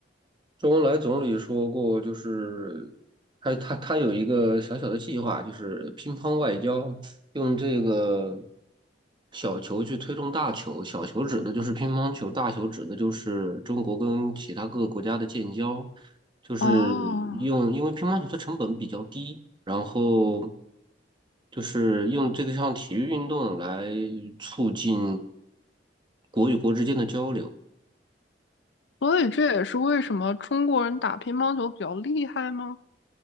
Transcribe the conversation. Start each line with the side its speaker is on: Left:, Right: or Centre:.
Right: 周恩来总理说过，就是他他他有一个小小的计划，就是乒乓外交，用这个小球去推动大球。小球指的就是乒乓球，大球指的就是中国跟其他各个国家的建交。就是用，
Left: 哦，
Right: 因为乒乓球的成本比较低，然后就是用这个项体育运动来促进国与国之间的交流。
Left: 所以这也是为什么中国人打乒乓球比较厉害吗？